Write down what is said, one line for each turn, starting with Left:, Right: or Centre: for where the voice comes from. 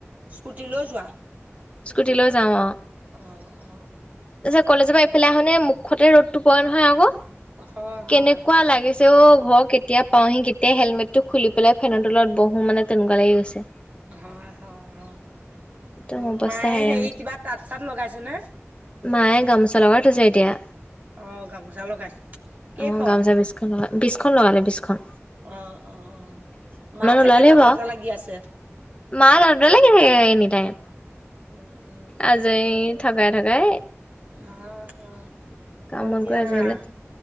Right: স্কুটি লৈ যোৱা।
Left: স্কুটিলৈ যাওঁ অ'।
Right: অ', অ', অ',।
Left: তাৰপিছত কলেজৰ পৰা এইফালে আহ নে মুখতে ৰ'দতো পৰে নহয় আকৌ
Right: অ হয় হয়
Left: কেনেকুৱা
Right: হয়
Left: লাগিছে। তে অ ঘৰ কেতিয়া পাওহি কেতিয়া হেলমেটটো খুলি পেলাই ফেনৰ তলত বহো মানে তেনেকুৱা লাগি গৈছে।
Right: হয় হয় হয়
Left: একদম
Right: অ
Left: অৱস্থা
Right: মায়ে
Left: হেৰাং
Right: হে
Left: হৈ যায়।
Right: কিবা তাঁত চাত লগাইছে নে।
Left: মায়ে গামোচা লগাই থৈছে এতিয়া।
Right: অ', গামোচা লগাইছে কেইখন।
Left: অ' গামোচা বিছখন বিছখন লগালে বিখন।
Right: অ', অ', অ', মা ছাগে
Left: ওলালে
Right: তাততে
Left: বাৰু।
Right: লাগি আছে।
Left: মা <unintelligible> থাকে এনি টাইম
Right: উম উম
Left: আজ য থাকাই থাকাই
Right: আহ হ
Left: কাম
Right: ক
Left: বন
Right: দিয়
Left: কৰি আজৰি
Right: হা।
Left: হ'লে